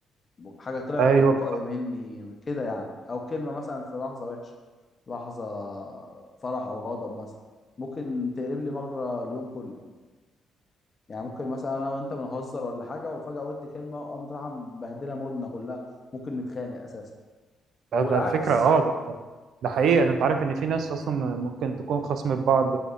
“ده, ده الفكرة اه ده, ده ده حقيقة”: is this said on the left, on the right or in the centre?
Right